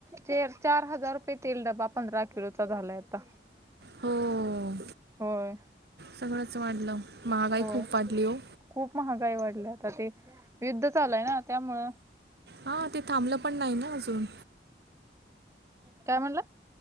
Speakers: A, on the right; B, on the right.
A: तेल. चार हजार रुपये तेल डबा पंधरा किलोचा झालाय आता.
B: हो
A: होय
B: सगळंच वाढलं महागाई
A: होय
B: खूप वाढली हो.
A: खूप महागाई वाढली आता ते युद्ध चालय ना त्यामुळं.
B: हा ते थांबलं पण नाही ना अजून.
A: काय म्हणला